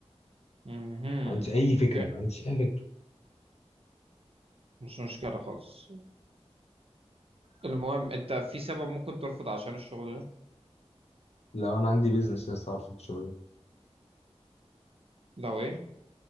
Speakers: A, on the right; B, on the left.
A: امم
B: ما عنديش اي فكره
A: اوكي
B: ما عنديش اي فكره
A: مش مشكله خالص المهم انت في سبب ممكن ترفض عشان الشغل ده
B: لو انا عندي بيزنس لسه اعرف الشغل
A: لو ايه